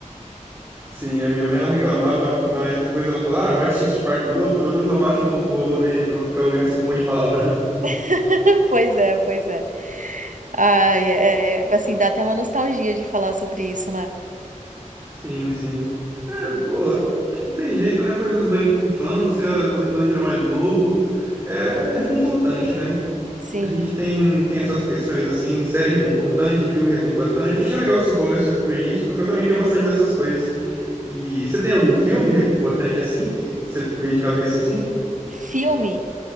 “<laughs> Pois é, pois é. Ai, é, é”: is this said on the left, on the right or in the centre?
Right